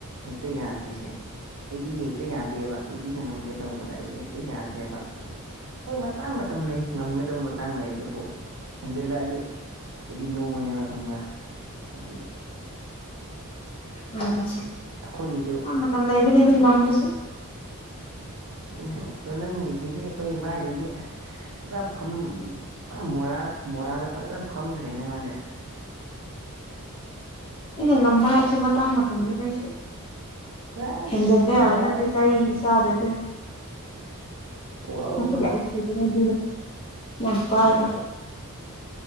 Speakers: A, on the right; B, on the left.
A: ꯍꯦꯛꯇ ꯌꯥꯗ꯭ꯔꯤꯁꯦ ꯑꯩꯗꯤ ꯍ ꯍꯦꯛꯇ ꯌꯥꯗꯦꯕ ꯅꯨꯄꯤꯅ ꯉꯝꯒꯦ ꯇꯧꯕꯗ ꯑꯩꯗꯤ ꯍꯦꯛꯇ ꯌꯥꯗ꯭ꯔꯦꯕ ꯍꯣꯏ ꯃꯇꯥꯡ ꯃꯇꯝ ꯂꯩ ꯉꯝꯒꯗꯕ ꯃꯇꯥꯡ ꯂꯩ ꯑꯗꯨꯕꯨ ꯍꯟꯖꯜꯂꯛꯑꯗꯤ ꯅꯣꯅꯦꯕ ꯈꯪꯕ꯭ꯔꯥ ꯑꯗꯒꯤ
B: ꯎꯝ
A: ꯑꯩꯈꯣꯏꯒꯤꯁꯨ
B: ꯑ ꯇ ꯂꯩꯕꯗꯤꯗꯤ ꯂꯝꯕꯁꯨ
A: ꯑꯗꯨ ꯑꯣ ꯅꯪꯉꯦꯁꯤꯗꯤ ꯐꯣꯏꯏꯕ ꯍꯥꯏꯗꯨꯗꯤ ꯄꯨꯔꯥ ꯐꯝ ꯄꯨꯔꯥ ꯃꯣꯔꯥꯔ ꯃꯣꯔꯥꯗ ꯐꯖꯅ ꯐꯝꯈ꯭ꯔꯦꯅꯦ ꯃꯥꯅꯦ
B: ꯑꯩꯅ ꯉꯝꯕ ꯍꯥꯏꯕꯁꯦ ꯃꯇꯥꯡ ꯃꯇꯝꯒꯤ ꯂꯩꯁꯨ
A: ꯑꯁ
B: ꯍꯖꯗꯦ ꯍꯥꯏꯕꯅ
A: ꯌꯥꯔꯦꯅꯦ
B: ꯆ ꯆꯍꯤ ꯁꯥꯗ
A: ꯋꯥꯎ
B: ꯃꯈꯈꯗꯤ ꯌꯥꯅ ꯉꯝꯀꯥꯏꯒ
A: ꯑ